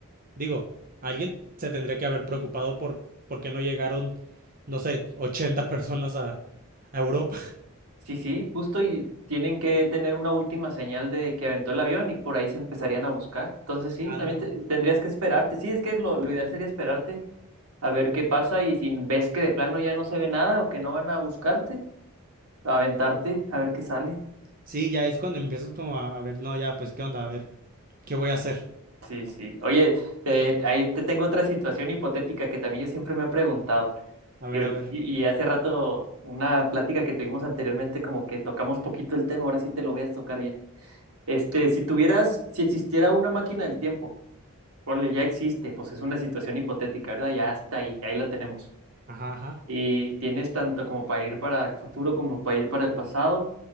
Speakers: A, on the right; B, on the right.
A: Digo, alguien se tendría que haber preocupado por, por qué no llegaron, no sé, 80 personas a, a Europa.
B: Sí, sí, justo y tienen que tener una última señal de que aventó el avión y por ahí se empezarían a buscar. Entonces sí,
A: Anda,
B: también te-
A: anda.
B: tendrías que esperarte, sí, es que lo, lo ideal sería esperarte a ver qué pasa y si ves que de plano ya no se ve nada o que no van a buscarte, a aventarte, a ver qué sale.
A: Sí, ya es cuando empiezas como a, a ver, no, ya, pues, ¿qué onda? A ver, ¿qué voy a hacer?
B: Sí, sí. Oye, eh, ahí te tengo otra situación hipotética que también yo siempre me he preguntado.
A: A ver,
B: Y, ahorita-
A: a ver.
B: y y hace rato, una plática que tuvimos anteriormente, como que tocamos poquito el tema, ahora sí te lo voy a tocar bien. Este, si tuvieras, si existiera una máquina del tiempo, ponle, ya existe, pues es una situación hipotética, ¿verdad? Ya está ahí, ahí la tenemos.
A: Ajá, ajá.
B: Y tienes tanto como para ir para el futuro como para ir para el pasado.